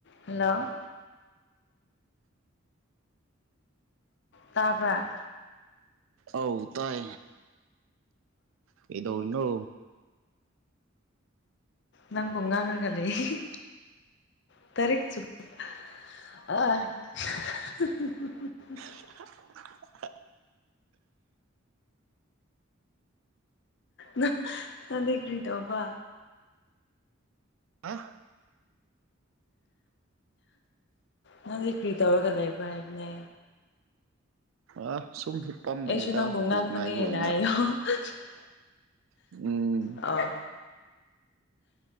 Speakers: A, on the left; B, on the right.
A: Hello ꯇꯥꯕ꯭ꯔꯥ
B: ꯑꯧ ꯇꯥꯏ ꯀꯩꯗꯧꯔꯤꯅꯣ
A: ꯅꯪꯕꯨ ꯉꯥꯡꯔꯒꯥ ꯂꯩ ꯍꯤ ꯍꯤ <unintelligible>
B: <unintelligible>
A: ꯅꯪ ꯅꯪꯗꯤ ꯀ꯭ꯔꯤ ꯇꯧꯕ
B: ꯑꯥ
A: ꯅꯪꯗꯤ ꯀ꯭ꯔꯤ ꯇꯧꯔꯒ ꯂꯩꯕ꯭ꯔꯥ ꯍꯥꯏꯕꯅꯦ
B: ꯑꯥ ꯁꯨꯝ ꯍꯤꯞꯄꯝꯕꯅꯦꯗ
A: ꯑꯩꯁꯨ ꯅꯪꯕꯨ ꯉꯥꯡꯕꯅꯦꯅ
B: ꯕꯣꯜ ꯉꯥꯏꯕ ꯑꯣꯏꯅ
A: <unintelligible>
B: ꯎꯝ
A: ꯑꯥ